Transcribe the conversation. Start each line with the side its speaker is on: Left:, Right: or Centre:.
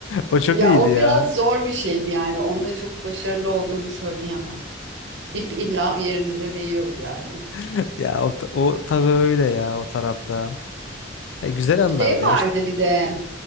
Left: O çok
Right: Ya
Left: iyiydi
Right: o
Left: ya.
Right: biraz zor bir şeydi yani. Onda çok başarılı olduğumu söyleyemem. İp illa bir yerimize değiyordu yani.
Left: <laughs> Ya o, ta- o tabii öyle ya o tarafta. E, güzel anlardı
Right: Şey vardı
Left: ya. İşte-
Right: bir de